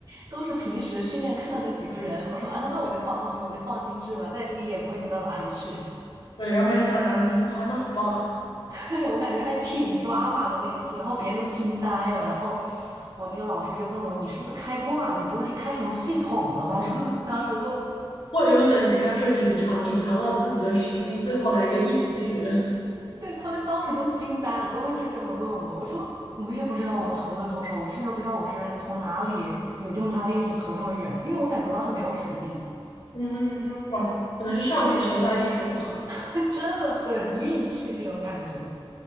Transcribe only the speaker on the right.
都是平时训练看的那几个人，我说啊，那我就放心了，我就放心治吧，再低也不会低到哪里去。<laughs>
对，我感觉还挺 drama 的那一次，然后别人都惊呆了，然后我那个老师就问我，你是不是开挂？你不会是开什么系统了吧？<laughs> 就当时问。
对他们当时都惊呆了，都是这么问我。我说我也不知道我投了多少，我甚至都不知道我是从哪里有这么大力气投这么远，因为我感觉我当时没有使劲，
<laughs> 他真的很运气那种感觉。